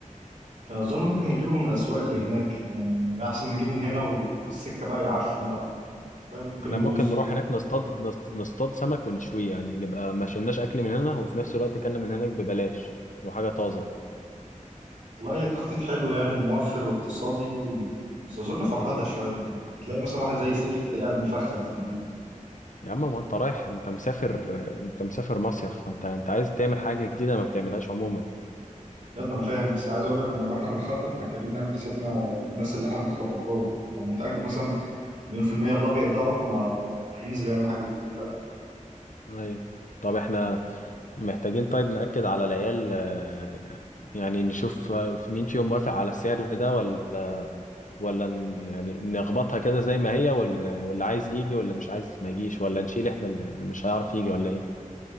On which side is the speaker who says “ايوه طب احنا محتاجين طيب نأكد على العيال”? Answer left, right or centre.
Left